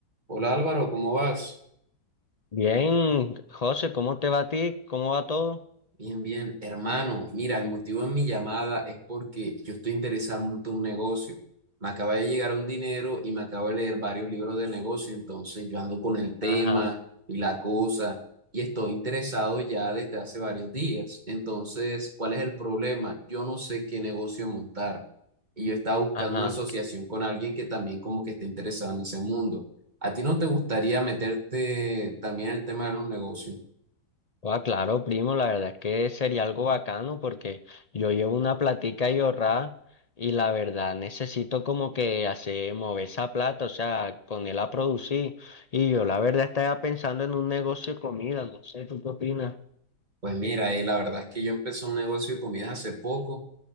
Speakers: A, on the right; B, on the left.
A: Hola Álvaro, ¿cómo vas?
B: Bien, José, ¿cómo te va a ti? ¿Cómo va todo?
A: Bien, bien. Hermano, mira, el motivo de mi llamada es porque yo estoy interesado en montar un negocio. Me acaba de llegar un dinero y me acabo de leer varios libros de negocio, entonces yo ando con el tema
B: Ajá,
A: y la cosa y estoy interesado ya desde hace varios días. Entonces, ¿cuál es el problema? Yo no sé qué negocio montar y yo estaba buscando
B: ajá.
A: una asociación con alguien que también como que esté interesado en ese mundo. ¿A ti no te gustaría meterte también en el tema de los negocios?
B: Ah, claro, primo, la verdad es que sería algo bacano porque yo llevo una platica y ahorrada y la verdad necesito como que hacer mover esa plata, o sea, ponerla a producir. Y yo la verdad estaba pensando en un negocio de comida, no sé, ¿tú qué opinas?
A: Pues mira, y la verdad es que yo empecé un negocio de comidas hace poco.